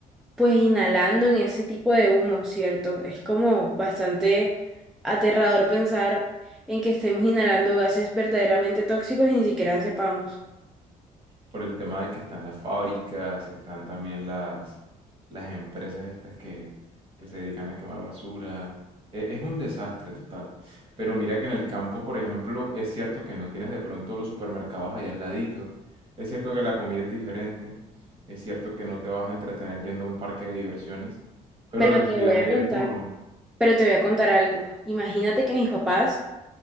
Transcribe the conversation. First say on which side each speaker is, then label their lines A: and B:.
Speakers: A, in the centre; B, on the right.
A: pues inhalando en ese tipo de humo, ¿cierto? Es como bastante aterrador pensar en que estemos inhalando gases verdaderamente tóxicos y ni siquiera sepamos.
B: por el tema de que están las fábricas, están también las, las empresas estas que, que se dedican a quemar basura. E- Es, un desastre total. Pero mira que en el campo, por ejemplo, es cierto que no tienes de pronto los supermercados allá al ladito. Es cierto que la comida es diferente. Es cierto que no te vas a entretener yendo a un parque de diversiones. Pero
A: Pero
B: respiras
A: te voy a
B: aire
A: contar.
B: puro.
A: Pero te voy a contar algo. Imagínate que mis papás,